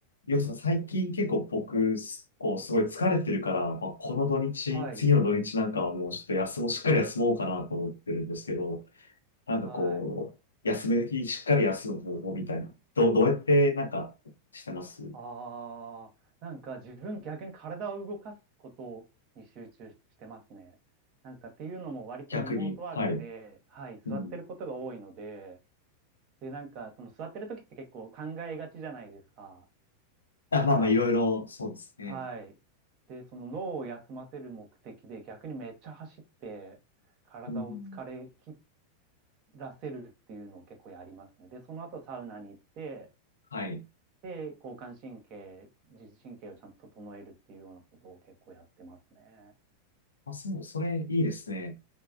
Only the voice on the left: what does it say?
よしさん、最近結構僕、すこう、すごい疲れてるから、まあ、この土日、
次の土日なんかはもうちょっと休もう、しっかり休もうかなと思ってるんですけど、なんかこう、
休める日、しっかり休む方法みたいな。どう、どうやってなんかしてます
逆に。はい。
うん。
あ、
まあまあ、いろいろ、そうですね。
うん。
はい。
あ、そう、それいいですね。